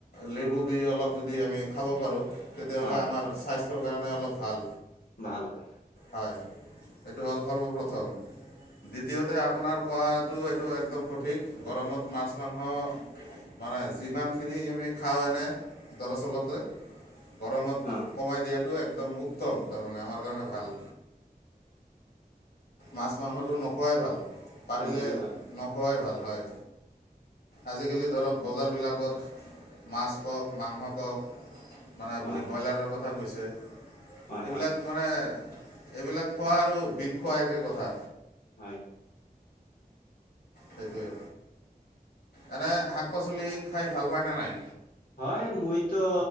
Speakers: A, on the left; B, on the left.
A: লেবু দি অলপ যদি আমি খাব পাৰোঁ, তেতিয়াহ'লে
B: হয়
A: আমাৰ
B: অ
A: স্বাস্থ্য কাৰণে অলপ ভাল।
B: ভাল হয়।
A: হয়, এইটো হ'ল সৰ্বপ্ৰথম। দ্বিতীয়তে আপোনাৰ কোৱাটো এইটো একদম সঠিক। গৰমত মাছ <unintelligible> মানে যিমান খিনি আমি খাওঁ <unintelligible> দৰাচলতে গৰমত
B: অ
A: কমাই টো একদম উত্তম, তাৰমানে আমাৰ কাৰণে ভাল। মাছ-মাংসটো নোখোৱায় ভাল। পাৰিলে
B: নগৈ ভাল
A: নখোৱাই ভাল হয়। আজিকালি ধৰক বজাৰবিলাকত মাছ খওক, মাংস খওক মানে আপুনি
B: হয়
A: ব্ৰইলাৰৰ কথা কৈছে
B: হয়
A: এইবিলাক
B: হয়
A: মানে, এইবিলাক খোৱা আৰু বিষ খোৱা একে কথা।
B: হয়।
A: সেইটোৱেই। এনে শাক-পাচলি খাই ভাল পায়নে নাই?
B: হয় মইতো